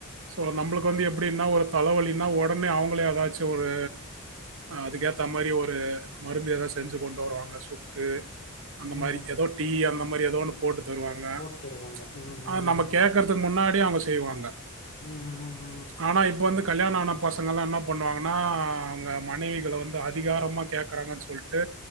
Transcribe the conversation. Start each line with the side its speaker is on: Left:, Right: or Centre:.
Right: சோ நம்ளுக்கு வந்து எப்டின்னா ஒரு தலவலினா ஒடனே அவுங்களே ஏதாச்சு ஒரு அதுக்கேத்த மாரி ஒரு மருந்து எத செஞ்சு கொண்டு வருவாங்க சுக்கு அந்த
Left: ம்
Right: மாரி எதோ டீ அந்த மா மாரி ஏதோ ஒன்னு போட்டு தருவாங்க
Left: போட்டு தருவாங்க
Right: ப்ச்
Left: ம் ம்
Right: அ நம்ம
Left: ம்
Right: கேட்க்றதுக் முன்னாடி யே அவங்க செய்வாங்க
Left: ம் ம்
Right: ஆனா இப்போ வந்து கல்யாண ஆனப் பசங்கல்லா என்ன பண்ணுவாங்கன்னா அங்க மனைவிகளோ வந்து அதிகாரமா கேக்றாங்கன் சொல்லிட்